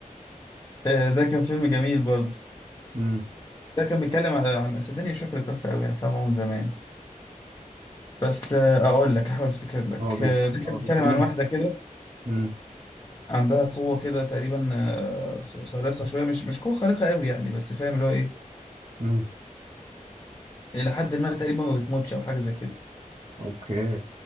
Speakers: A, on the left (about 30°); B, on the right (about 50°).
A: <laughs> آه، ده كان فيلم جميل برضه
B: امم
A: ده كان بيتكلم عن عن- صدقني مش فاكر القصه قوي انا سامعه من زمان بس آه، اقول لك احاول افتكر لك
B: هو بي
A: آه، ده كان
B: هو
A: بيتكلم
B: بيتكلم
A: عن واحده كده
B: امم
A: عندها قوه كده تقريبا آه، خارقه شويه مش مش قوه خارقه قوي يعني بس فاهم اللي هو ايه
B: امم
A: الى حد ما تقريبا ما بتموتش او حاجه زي كده
B: اوكي